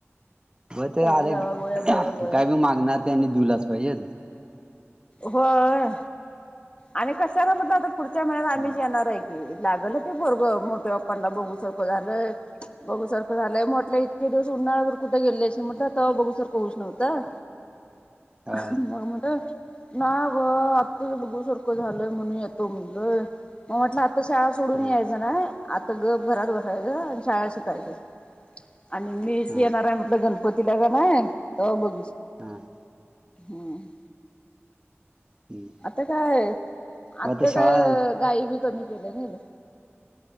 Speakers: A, on the right; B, on the left.
A: व्हयं ते
B: सगळी
A: आले
B: दवा गोळ्या दवा गोळ्या
A: काय बी मागणार त्यांनी दिवलाच पाहिजे.
B: होय आणि कशाला म्हटलं आता पुढच्या महिन्यात
A: हम्म.
B: आम्हीच येणार आहे. लागल ते पोरगं मोठ्या पप्पानला बघूसारखं झालंय बघूसारख झालाय म्हटलं इतके दिवस उन्हाळळावर कुठे गेले अस म्हटलं त बघूसारख होऊच नव्हतं.
A: होय
B: मग म्हण नाय अग आत्ता बघूसारखं झालंय म्हणुन येतो म्हणलय मग म्हटलं आता शाळा सोडून
A: हा
B: यायचं नाही आता गप घरात बसायचं आणि शाळा शिकायच. आणि मीच
A: हा
B: येणार आहे म्हटलं गणपती ला का नाही तवा बघ
A: हम
B: हम
A: हा
B: आता काय आता
A: मग शाळा
B: काय गाई बी कमी केल्या नाहीत.